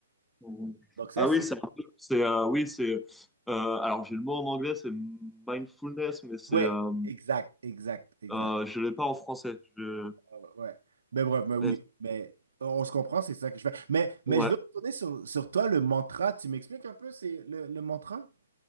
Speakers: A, in the centre; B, on the right (about 70°).
A: Mhm.
B: Donc, ça,
A: Ah
B: c'est...
A: oui, c'est un peu, c'est, euh, oui, c'est, euh, alors j'ai le mot en anglais, c'est mindfulness, mais c'est,
B: Ouais,
A: euh,
B: exact, exact, exact.
A: euh, je l'ai pas en français. Je,
B: Ah Ouais. ouais. Mais bref, mais oui,
A: ouais,
B: mais on se comprend, c'est ça que je fais. Mais, mais
A: ouais.
B: je veux retourner sur, sur toi, le mantra. Tu m'expliques un peu, c'est le, le mantra?